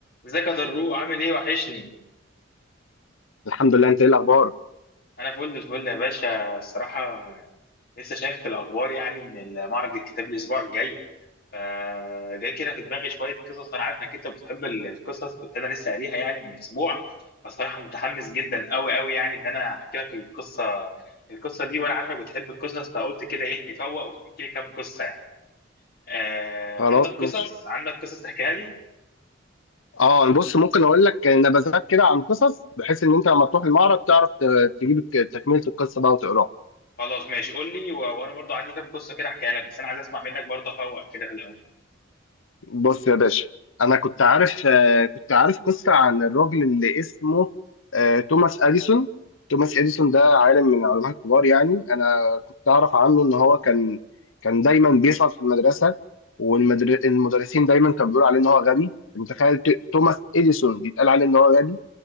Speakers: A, on the left (about 50°); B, on the left (about 90°).
A: ازيك يا ضروق عامل ايه وحشني
B: الحمد لله انت ايه الاخبار
A: انا فل الفل يا باشا الصراحه لسه شايف في الاخبار يعني ان معرض الكتاب الاسبوع الجاي فجاي كده في دماغي شويه قصص انا عارف انك انت بتحب ال- القصص كنت انا لسه قاريها يعني من اسبوع فالصراحه متحمس جدا قوي قوي يعني ان انا احكي لك القصه القصه دي وانا عارفك بتحب القصص فقلت كده ايه نفوق وتحكي لي كام قصه يعني آه
B: خلاص
A: عندك قصص
B: ماشي
A: عندك قصص تحكيها لي
B: اه بص ممكن اقول لك نبذات كده عن قصص بحيث ان انت لما تروح المعرض تعرف ت- تجيب الك- تكمله القصه بقى وتقراها
A: خلاص ماشي قول لي و- وانا برضو عندي كام قصه كده احكيها لك بس انا عايز اسمع منك برضه افوق كده في الاول
B: بص يا باشا انا كنت عارف آه، كنت عارف قصه عن الراجل اللي اسمه آه، توماس اديسون توماس اديسون ده عالم من العلماء الكبار يعني انا كنت اعرف عنه ان هو كان كان دايما بيسقط في المدرسه والمدرسين دايما كانوا بيقولوا عليه ان هو غبي متخيل ت- توماس اديسون بيتقال عليه ان هو غبي